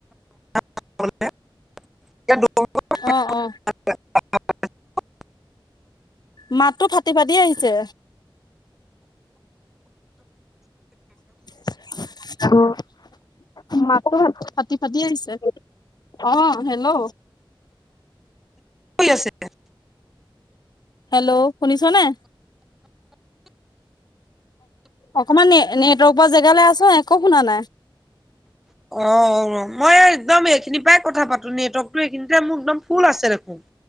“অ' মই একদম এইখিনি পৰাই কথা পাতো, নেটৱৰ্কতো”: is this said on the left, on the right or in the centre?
Centre